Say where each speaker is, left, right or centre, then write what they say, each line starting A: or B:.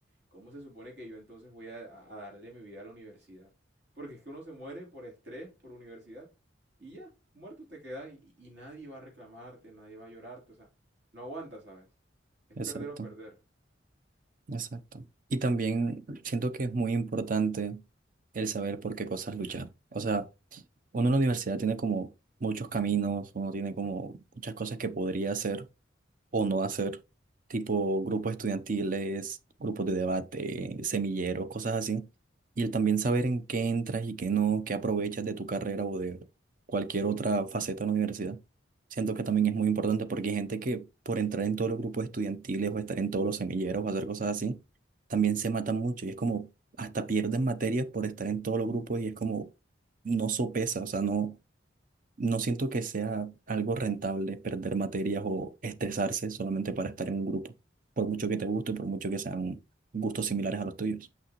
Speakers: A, on the right; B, on the right.
A: ¿Cómo se supone que yo entonces voy a, a darle mi vida a la universidad? Porque es que uno se muere por estrés, por universidad. Y ya, muerto te quedas y, y nadie va a reclamarte, nadie va a llorarte. O sea, no aguantas, ¿sabes? Es
B: exacto,
A: perder o perder.
B: exacto. Y también siento que es muy importante el saber por qué cosas luchar. O sea, uno en la universidad tiene como muchos caminos, uno tiene como muchas cosas que podría hacer o no hacer, tipo grupos estudiantiles, grupos de debate, semilleros, cosas así. Y el también saber en qué entras y qué no, qué aprovechas de tu carrera o de cualquier otra faceta de la universidad. Siento que también es muy importante porque hay gente que por entrar en todos los grupos estudiantiles o estar en todos los semilleros o hacer cosas así, también se matan mucho y es como hasta pierden materias por estar en todos los grupos y es como no sopesa, o sea, no, no siento que sea algo rentable perder materias o estresarse solamente para estar en un grupo, por mucho que te guste, por mucho que sean gustos similares a los tuyos.